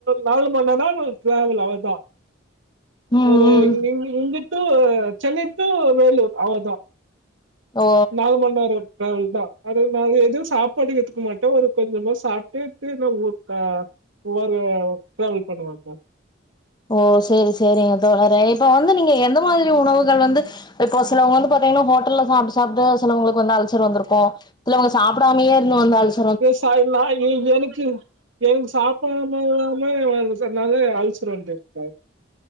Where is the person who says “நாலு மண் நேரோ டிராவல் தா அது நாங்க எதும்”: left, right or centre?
Right